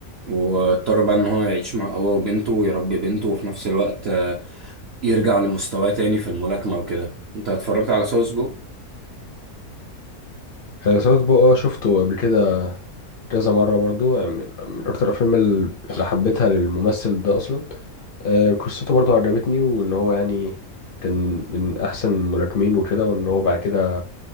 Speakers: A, on the right; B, on the left.
A: واضطر بقى ان هو يعيش مع هو وبنته ويربي بنته وفي نفس الوقت آه، يرجع لمستواه تاني في الملاكمة وكده انت اتفرجت على ساوث بو
B: آه، ساوث بو اه شفته قبل كده كذا مرة برضو يعني من, من أكتر الأفلام ال- اللي حبيتها للممثل ده أصلا آه، قصته برضو عجبتني وإن هو يعني كان من أحسن الملاكمين وكده وإن هو بعد كده